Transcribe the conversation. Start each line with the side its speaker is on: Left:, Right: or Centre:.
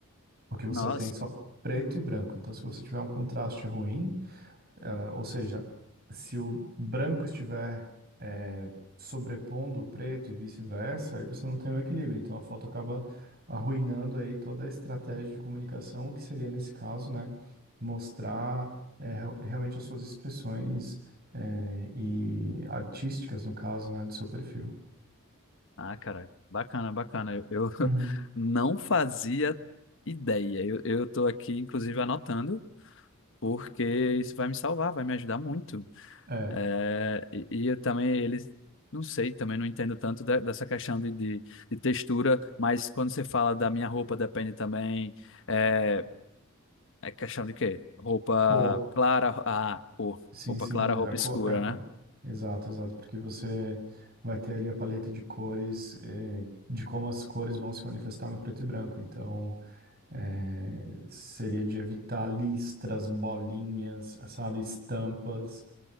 Right: Porque você
Left: Nossa.
Right: tem só preto e branco. Então, se você tiver um contraste ruim, ah, ou seja, se o branco estiver eh, sobrepondo o preto e vice-versa, aí você não tem um equilíbrio. Então a foto acaba arruinando aí toda a estratégia de comunicação, que seria nesse caso, né, mostrar eh, real- realmente as suas expressões eh, e artísticas, no caso, né, do seu perfil.
Left: Ah, cara, bacana, bacana. Eu, eu <laughs>
Right: Uhum.
Left: não fazia ideia. Eu, eu tô aqui, inclusive, anotando, porque isso vai me salvar, vai me ajudar muito.
Right: É,
Left: É, e, e eu também, eles, não sei, também não entendo tanto da- dessa questão de, de, de textura, mas quando você fala da minha roupa, depende também. É, é questão de quê? Roupa
Right: cor.
Left: clara, ah, cor.
Right: Sim,
Left: Roupa
Right: sim,
Left: clara,
Right: é
Left: roupa
Right: a cor,
Left: escura,
Right: é a cor.
Left: né?
Right: Exato, exato, porque você vai ter ali a paleta de cores, eh, de como as cores vão se manifestar no preto e branco. Então, eh, seria de evitar listras, bolinhas, sabe, estampas.